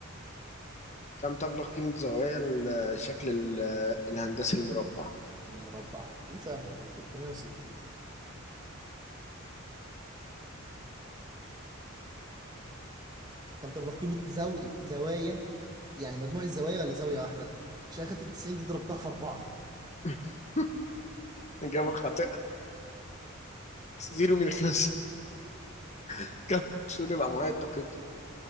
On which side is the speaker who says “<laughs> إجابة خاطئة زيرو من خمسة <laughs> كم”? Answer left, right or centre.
Left